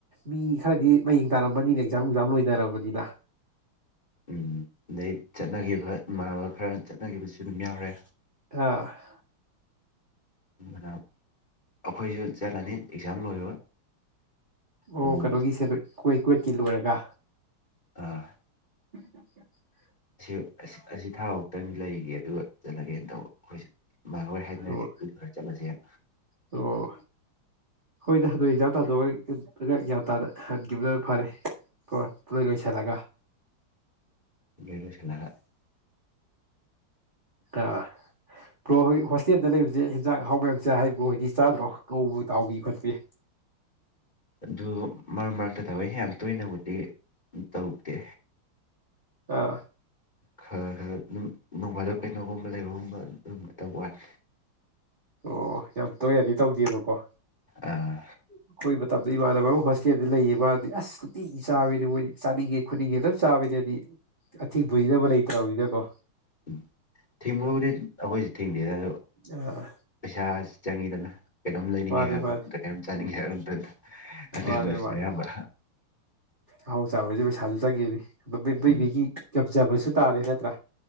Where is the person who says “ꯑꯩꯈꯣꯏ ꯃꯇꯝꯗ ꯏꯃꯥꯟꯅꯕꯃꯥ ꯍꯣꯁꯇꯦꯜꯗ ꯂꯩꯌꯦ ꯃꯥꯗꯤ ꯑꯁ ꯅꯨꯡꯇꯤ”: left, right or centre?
Right